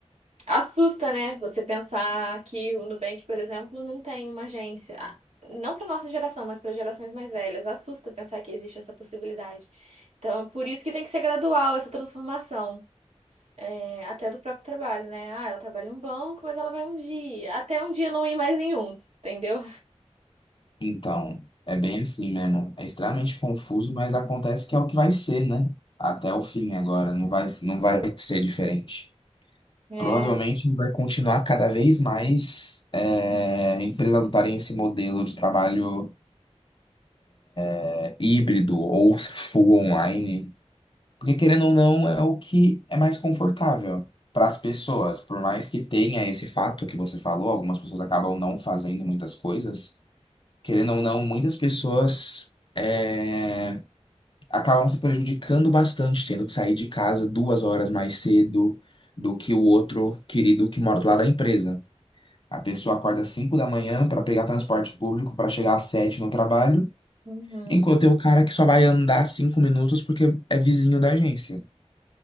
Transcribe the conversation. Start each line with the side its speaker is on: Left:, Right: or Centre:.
Right: assusta, né? Você pensar que o Nubank, por exemplo, não tem uma agência. Ah, Não para nossa geração, mas para gerações mais velhas. Assusta pensar que existe essa possibilidade. Então, por isso que tem que ser gradual essa transformação. É, até do próprio trabalho, né? Ah, ela trabalha em um banco, mas ela vai um dia. Até um dia não ir mais nenhum, entendeu?
Left: então, é bem assim mesmo. É extremamente confuso, mas acontece que é o que vai ser, né? Até o fim agora, não vai, não vai ser diferente.
Right: É,
Left: Provavelmente vai continuar cada vez mais é, empresas adotarem esse modelo de trabalho é, híbrido ou full online. Porque querendo ou não, é o que é mais confortável para as pessoas. Por mais que tenha esse fato que você falou, algumas pessoas acabam não fazendo muitas coisas. Querendo ou não, muitas pessoas é, acabam se prejudicando bastante, tendo que sair de casa duas horas mais cedo do que o outro querido que mora lá da empresa. A pessoa acorda às 5 da manhã para pegar transporte público para chegar às 7 no trabalho,
Right: Uhum,
Left: enquanto tem o cara que só vai andar cinco minutos porque é vizinho da agência.